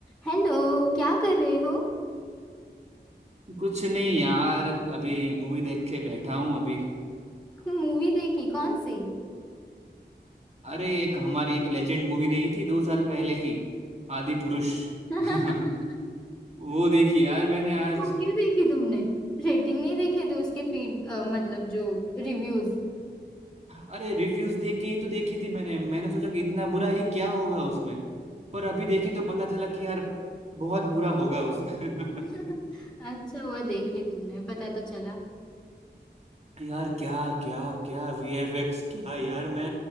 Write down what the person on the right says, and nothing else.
कुछ नहीं यार अभी मूवी देख के बैठा हूं अभी
अरे एक हमारी एक लेजेंड मूवी नहीं थी दो साल पहले की आदि पुरुष
<laughs> वो देखी यार मैंने आज
अरे रिव्यूज देख के ही तो देखी थी मैंने मैंने सोचा कि इतना बुरा ही क्या होगा उसमें पर अभी देखी तो पता चला कि यार बहुत बुरा होगा उसमें
<laughs>
यार क्या क्या क्या वीएफएक्स क्या यार मैं